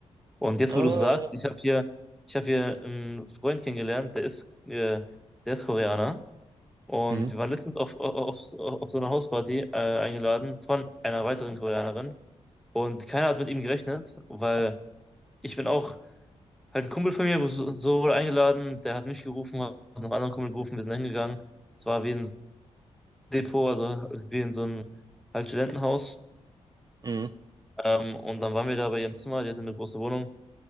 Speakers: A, in the centre; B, on the right.
A: Und jetzt,
B: Ah,
A: wo du es sagst,
B: ja.
A: ich habe hier, ich habe hier einen Freund kennengelernt, der ist, äh, der ist Koreaner. Und
B: Mhm.
A: wir waren letztens auf, auf, auf, auf so einer Hausparty äh, eingeladen von einer weiteren Koreanerin. Und keiner hat mit ihm gerechnet, weil ich bin auch Halt ein Kumpel von mir wurde so so wurde eingeladen, der hat mich gerufen, hat noch einen anderen Kumpel gerufen, wir sind hingegangen. Es war wie ein Depot, also wie in so einem halt Studentenhaus.
B: Mhm.
A: Ähm, und dann waren wir da bei ihrem Zimmer, die hatte eine große Wohnung.